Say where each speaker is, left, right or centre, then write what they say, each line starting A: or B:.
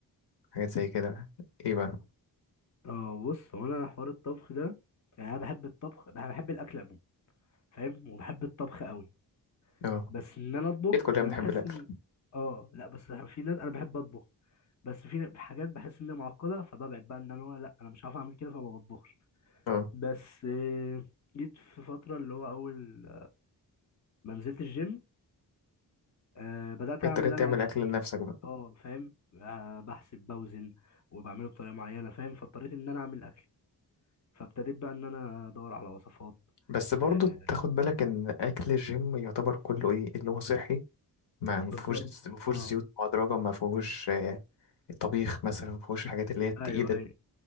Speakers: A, on the left; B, on the left.
A: حاجات زي كده ايه بقى؟
B: اه بص هو انا حوار الطبخ ده يعني انا بحب الطبخ انا بحب الاكل عموما فاهم وبحب الطبخ قوي
A: اه
B: بس ان انا اطبخ
A: اكيد كلنا
B: انا
A: بنحب
B: بحس
A: الاكل
B: ان اه لا بس في ناس انا بحب اطبخ بس في حاجات بحس ان هي معقده فببعد بقى ان انا لا انا مش عارف اعمل كده فما بطبخش
A: اه
B: بس آه، جيت في فتره اللي هو اول ما نزلت الجيم آه، بدات
A: اضطريت
B: اعمل انا
A: تعمل
B: اكلي
A: اكل لنفسك بقى
B: اه فاهم آه، بحسب بوزن وبعمله بطريقه معينه فاهم فاضطريت ان انا اعمل اكل فابتديت بقى ان انا ادور على وصفات
A: بس برضو
B: آه
A: تاخد بالك ان اكل الجيم يعتبر كله ايه اللي هو صحي ما
B: بالظبط
A: فيهوش ما فيهوش
B: اه
A: زيوت مهدرجة ما فيهوش آه، طبيخ مثلا ما فيهوش الحاجات اللي هي التقيلة
B: ايوه ايوه